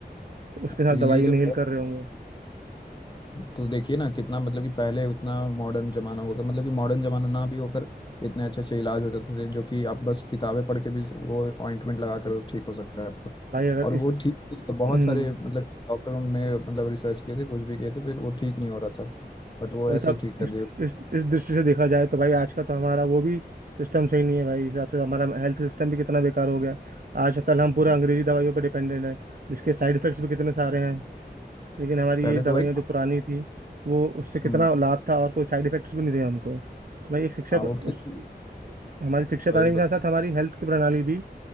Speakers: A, on the right; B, on the left.
A: तो उसके
B: फिर
A: साथ
B: ये
A: दवाई इनहेल
B: जो
A: कर रहे होंगे
B: तो देखिए ना कितना मतलब कि पहले उतना मॉडर्न जमाना होगा मतलब कि मॉडर्न जमाना ना भी होकर इतने अच्छे अच्छे इलाज हो जाते थे जो कि आप बस किताबें पढ़ के भी वो ऑइंटमेंट लगा कर ठीक हो सकता है आपको
A: भाई अगर
B: और
A: इस
B: वो ठीक तो
A: हम्म
B: बहुत सारे मतलब डॉक्टरों ने मतलब रिसर्च किए थे कुछ भी किए थे फिर वो ठीक नहीं हो रहा था बट वो
A: वही
B: ऐसे
A: तब
B: ही ठीक कर
A: इस
B: दिया
A: इस इस दृष्टि से देखा जाए तो भाई आज का तो हमारा वो भी सिस्टम सही नहीं है भाई हिसाब से हमारा हेल्थ सिस्टम भी कितना बेकार हो गया आज कल हम पूरा
B: हाँ,
A: अंग्रेजी दवाइयों पर डिपेंडेंट है जिसके साइड इफेक्ट्स भी कितने सारे हैं लेकिन हमारी
B: पहले
A: ये दवाइयाँ
B: तो वही
A: जो पुरानी थी वो उससे कितना
B: हम्म
A: लाभ था और कोई साइड इफेक्ट्स भी नहीं थे हमको तो भाई एक शिक्षा
B: हाँ
A: प्र-
B: वो खिल-
A: उस हमारी शिक्षा प्रणाली
B: वही
A: के साथ साथ हमारी हेल्थ की प्रणाली भी